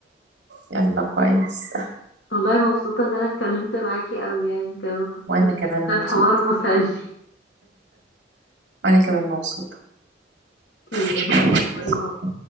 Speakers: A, on the right (about 70°); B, on the left (about 70°).
A: يلا كويس
B: والله مبسوطة ان انا اتكلمت معاكي اوي يعني كمان كنت
A: وانا كمان مبسوطة
B: كان حوار مسلي
A: وانا كمان مبسوطة
B: <laughs>
A: <laughs>
B: باي باي.